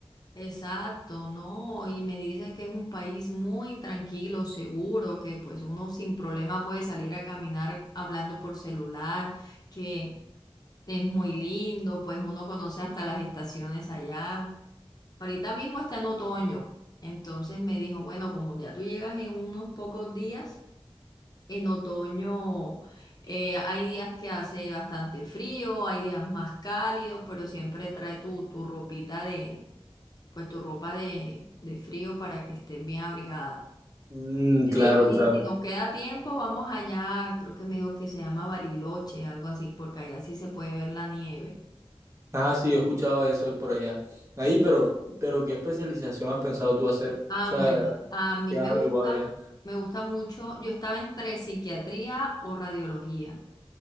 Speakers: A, on the left; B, on the right.
A: Exacto, ¿no? Y me dice que es un país muy tranquilo, seguro, que pues uno sin problema puede salir a caminar hablando por celular, que es muy lindo, pues uno conoce hasta las estaciones allá. Ahorita mismo está en otoño, entonces me dijo, bueno, como ya tú llegas en unos pocos días. En otoño eh, hay días que hace bastante frío, hay días más cálidos, pero siempre trae tu, tu ropita de, pues tu ropa de, de frío para que estés bien abrigada.
B: Mm,
A: Me
B: claro,
A: dice, si
B: claro.
A: si nos queda tiempo, vamos allá, creo que me dijo que se llama Bariloche, algo así, porque allá sí se puede ver la nieve.
B: Ah, sí, yo he escuchado de eso ahí por allá. Ahí,
A: Sí.
B: pero, pero ¿qué especialización has pensado tú hacer?
A: Ah,
B: O sea,
A: bueno, a mí
B: ¿qué
A: me
B: has averiguado
A: gusta,
B: ya?
A: me gusta mucho, yo estaba entre psiquiatría o radiología.